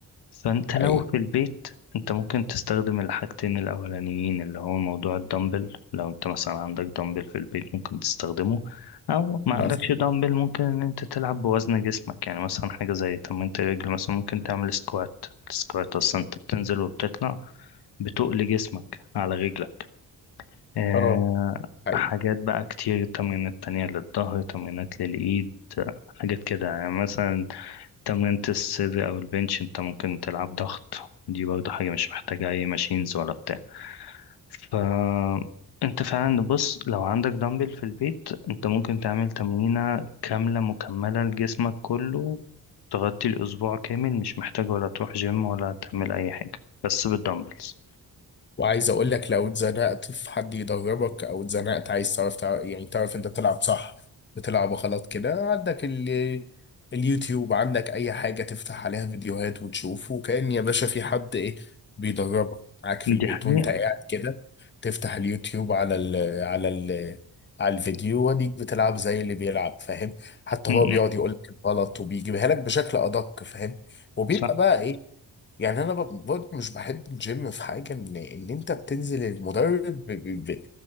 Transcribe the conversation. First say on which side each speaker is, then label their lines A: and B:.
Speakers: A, on the left; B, on the left.
A: فأنت لو
B: حقيقي
A: في البيت أنت ممكن تستخدم الحاجتين الأولانيين اللي هو موضوع الدمبل لو أنت مثلا عندك دمبل في البيت ممكن تستخدمه أو ما
B: مثلا
A: عندكش دمبل ممكن إن أنت تلعب بوزن جسمك يعني مثلا حاجة زي تمرينة الرجل مثلا ممكن تعمل سكوات السكوات أصلا أنت بتنزل وبتطلع بتقل جسمك على رجلك آه،
B: اه حقيقي
A: حاجات بقى كتير تمرينات تانية للظهر تمرينات للإيد آه، حاجات كده يعني مثلا تمرينة الصدر أو البنش أنت ممكن تلعب ضغط ودي برضه حاجة مش محتاجة أي ماشينز ولا بتاع ف أنت فعلا بص لو عندك دمبل في البيت أنت ممكن تعمل تمرينة كاملة مكملة لجسمك كله تغطي الأسبوع كامل مش محتاج ولا تروح جيم ولا تعمل أي حاجة بس بالدمبلز
B: وعايز اقول لك لو اتزنقت في حد يدربك او اتزنقت عايز تعرف تع- يعني تعرف انت تلعب صح بتلعب غلط كده عندك ال... اليوتيوب عندك اي حاجة تفتح عليها فيديوهات وتشوف وكأن يا باشا في حد ايه بيدربك معاك في البيت
A: دي حقيقة
B: وانت قاعد كده تفتح اليوتيوب على ال... على ال... على الفيديو وديك بتلعب زي اللي بيلعب فاهم حتى
A: م-
B: هو بيقعد
A: م،
B: يقول لك الغلط وبيجيبها لك بشكل ادق فاهم وبيبقى
A: صح
B: بقى ايه يعني انا ب- برضه مش بحب الجيم في حاجه ان ان انت بتنزل المدرب ب... ب... ب...